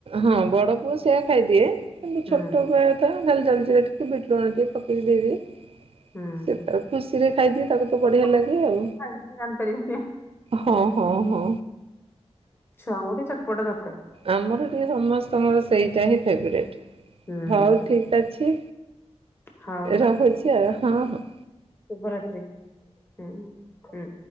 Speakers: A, on the right; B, on the left.
A: ହଁ ବଡ଼ପୁଅ ସ୍ ସେଇଆ ଖାଇଦିଏ। କିନ୍ତୁ
B: ହୁଁ
A: ଛୋଟବେଳଟା ନଲେ ଜଲ୍ ଜିରା ଟିକେ ବିଟ୍ ଲୁଣ ଟିକେ ପକେଇକି ଦେଇଦିଏ।
B: ହୁଁ।
A: ସେ ତାର୍ ଖୁସିରେ ଖାଇଦିଏ ତାକୁ ତ
B: ଚଟପଟା
A: ବଢ଼ିଆ ଲାଗେ ଆଉ।
B: ଖାଇଲେ ତ ଜାଣିପାରିବେନି ଆଉ
A: ହଁ ହଁ ହଁ।
B: ଛୁଆଙ୍କୁ ଗୋଟେ ଚଟପଟା ଦରକାର।।
A: ଆମର ଟିକେ ସମସ୍ତଙ୍କର ସେଇଟା ହି ଫେବ୍ରେଟ୍।
B: ହୁଁ
A: ହଉ ଠିକ୍ ଅଛି।
B: ହଉ ହଉ
A: ରହୁଚି ଆଉ ହଁ ହଁ।
B: ଶୁଭରାତ୍ରି ହୁଁ ହୁଁ।